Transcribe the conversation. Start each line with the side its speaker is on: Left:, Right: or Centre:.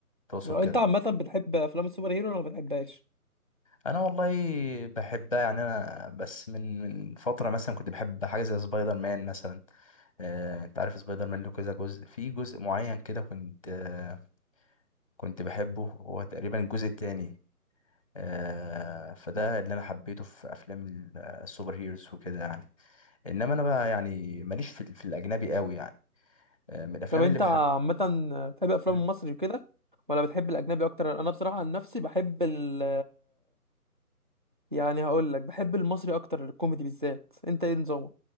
Left: تقصد
Right: لو
Left: كده
Right: انت عامه بتحب افلام السوبر هيرو ولا ما بتحبهاش
Left: انا والله بحبها يعني انا بس من من فتره مثلا كنت بحب حاجه زي سبايدر مان مثلا آه، انت عارف سبايدر مان له كذا جزء في جزء معين كده كنت آه، كنت بحبه هو تقريبا الجزء التاني آه، فده اللي انا حبيته في افلام ال- آه، السوبر هيروز وكده يعني انما انا بقى يعني ماليش في ال- في الاجنبي قوي يعني آه، من الافلام
Right: طب انت
Left: اللي
Right: عامة بتحب افلام
Left: بحب
Right: المصري وكده ولا بتحب الاجنبي اكتر انا بصراحة عن نفسي بحب ال يعني هقول لك بحب المصري اكتر الكوميدي بالذات انت ايه نظامك